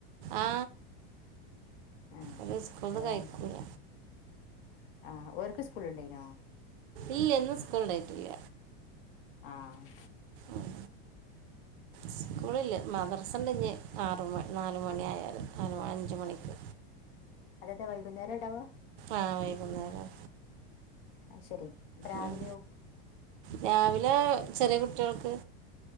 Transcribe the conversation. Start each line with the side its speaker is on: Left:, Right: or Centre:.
Right: ആ
Left: ആഹ്.
Right: ഒരു സ്കൂളിൽ
Left: <unintelligible>
Right: നിന്ന് കഴിക്കൂല
Left: ആഹ് ഓര്ക്ക് സ്കൂളൊണ്ടോയിനോ
Right: ഇല്ലാ ഇന്ന് സ്കൂൾ ണ്ടായിട്ടില്ല.
Left: ആഹ്
Right: ഉം. സ്കൂളില്ല മദ്രസ ഉണ്ട് ഇഞ്ഞി ആറ് മണി നാല് മണിയായാലും അ അഞ്ച് മണിക്ക്
Left: അതെന്ത വൈകുന്നേരം ഉണ്ടാവാ
Right: ആഹ് വൈകുന്നേരം
Left: അത് ശരി അപ്പ രാവിലെയോ
Right: ഉം. രാവിലെ ചെറിയ കുട്ടികൾക്ക്